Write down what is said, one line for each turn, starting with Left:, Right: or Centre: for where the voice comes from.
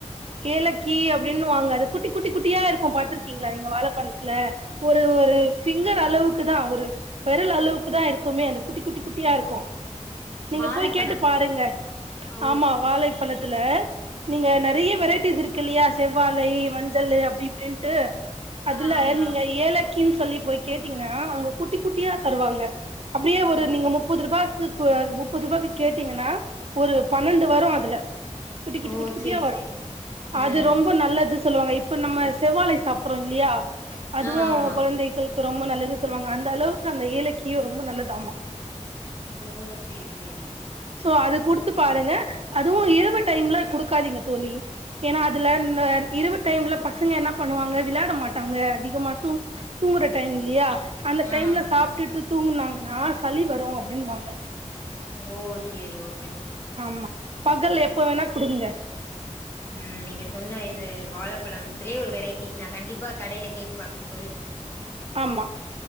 Right: ஏலக்கி அப்டின்னு வாங்க அது குட்டி குட்டி குட்டியா இருக்கு பாத்துருக்கீங்களா நீங்க வாழப்பழத்துல ஒரு ஒரு ஃபிங்கர் அளவுக்கு தா ஒரு வெரல் அளவுக்கு தா இருக்குமே அந்த குட்டி குட்டி குட்டியா இருக்கு நீங்க
Left: வாழப்பழமா
Right: போய் கேட்டு பாருங்க
Left: ஓ
Right: ஆமா வாழைப்பழத்துல நீங்க நெறைய வெரைட்டீஸ் இருக்கு இல்லையா செவ்வாழை வஞ்சளு அப்டி இப்டின்ட்டு அதுல
Left: ஆ ஆமா
Right: நீங்க ஏலக்கின் சொல்லி போய் கேட்டீங்ன்னா அவங்க குட்டி குட்டியா தருவாங்க அப்படியே ஒரு
Left: ஓ
Right: நீங்க முப்பது ரூபாக்கு கு எ முப்பது ரூபாக்கு கேட்டீங்கன்னா ஒரு பன்ணென்டு வரு அதுல குட்டி குட்டி
Left: ஓ
Right: குட்டி குட்டியா
Left: சேரி
Right: வரு
Left: சேரி
Right: அது
Left: ம்
Right: ரொம்ப நல்லது சொல்லுவாங்க இப்ப நம்ம செவ்வாழை சாப்பிட்றோ இல்லையா அதுவு
Left: ஆ ஆமா
Right: கொழந்தைகளுக் ரொம்ப நல்லது சொல்லுவாங்க அந்த அளவுக்கு அந்த ஏலக்கியு ரொம்ப நல்லது ஆமா
Left: ஓ சேரி சேரி
Right: சோ அது குடுத்து பாருங்க அதுவு இரவு டைம்ல குடுக்காதீங்க தோழி ஏனா அதுல இரவு டைம்ல பசங்க என்ன பண்ணுவாங்க விளயாட மாட்டாங்க அதிகமா தூ தூங்கற டைம் இல்லையா அந்த
Left: ஆ
Right: டைம்ல
Left: ஆமாமா
Right: சாப்பிட்டுட்டு தூங்குனாங்கன்னா சளி வரும் அப்புடின்னு வாங்க
Left: ஓ சேரி ஓக்
Right: ஆமா பகல் எப்ப வேணா குடுங்க
Left: ம் நீங்க சொன்ன இது வாழை பழம்த்துலே ஒரு வெரைட்டி நா கண்டிப்பா கடைல கேட்டு பாக்குறேன்
Right: ஆமா